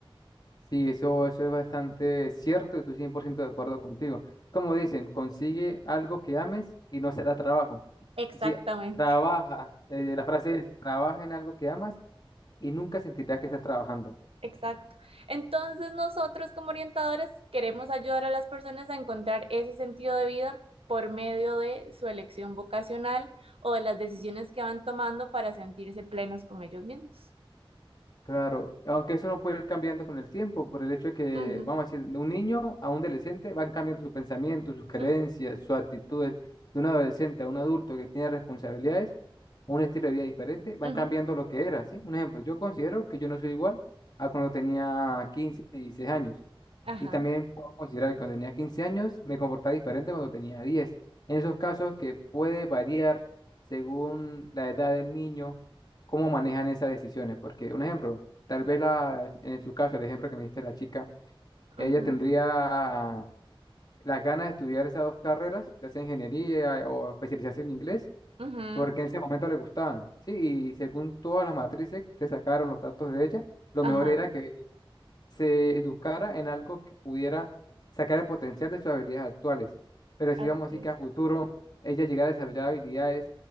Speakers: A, on the left; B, on the right.
A: Sí, eso, eso es bastante cierto y estoy 100% de acuerdo contigo. Como dicen, consigue algo que ames y no será trabajo.
B: Exactamente,
A: Y si trabaja, eh, la frase es, trabaja en algo que amas y nunca sentirás que estás trabajando.
B: exacto. Entonces nosotros como orientadores queremos ayudar a las personas a encontrar ese sentido de vida por medio de su elección vocacional o de las decisiones que van tomando para sentirse plenos con ellos mismos.
A: Claro, aunque eso no puede ir cambiando con el tiempo, por el hecho de que,
B: Ujú,
A: vamos a decir, de un niño a un adolescente van cambiando sus pensamientos, sus creencias,
B: ujú,
A: sus actitudes. De un adolescente a un adulto que tiene responsabilidades, un estilo de vida diferente, van
B: ujú,
A: cambiando lo que era, ¿sí? Un ejemplo, yo considero que yo no soy igual a cuando tenía 15, 16 años.
B: Ajá,
A: Y también puedo considerar que cuando tenía 15 años me comportaba diferente cuando tenía diez En esos casos que puede variar según la edad del niño, cómo manejan esas decisiones. Porque un ejemplo, tal vez la, en su caso, el ejemplo que me diste la chica, ella
B: ujú,
A: tendría las ganas de estudiar esas dos carreras, ya sea ingeniería o especializarse en inglés,
B: ujú,
A: porque en ese momento le gustaban. Sí, y según todas las matrices que sacaron los datos de ella, lo
B: ajá,
A: mejor era que se educara en algo que pudiera sacar el potencial de sus habilidades actuales. Pero si
B: así
A: vamos a decir
B: es.
A: que a futuro ella llegara a desarrollar habilidades